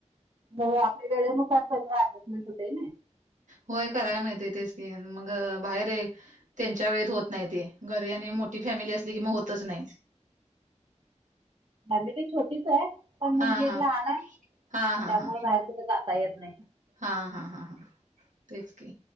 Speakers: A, on the right; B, on the right.
A: हो आपल्या वेळेनुसार सगळं ऍडजस्टमेंट होते.
B: होय करायला मिळते इ तेेच की मग बाहेर आहे. त्यांच्या वेळेत होत नाही ते घरी आणि मोठी फॅमिली असली की मग होतच नाही.
A: मॅमली छोटीच आहे. पण मुलगी
B: हा हा
A: एक लहान आहे
B: हा
A: मग
B: हा
A: त्यामुळे
B: हा
A: बाहेर कुठे जाता येत नाही.
B: हा हा हा हा. तेच की